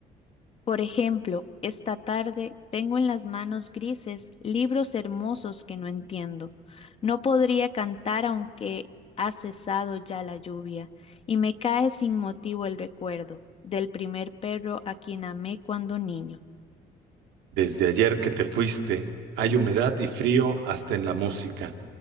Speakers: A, on the left; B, on the right.
A: Por ejemplo, esta tarde tengo en las manos grises libros hermosos que no entiendo. No podría cantar aunque ha cesado ya la lluvia, y me cae sin motivo el recuerdo del primer perro a quien amé cuando niño.
B: Desde ayer que te fuiste, hay humedad y frío hasta en la música.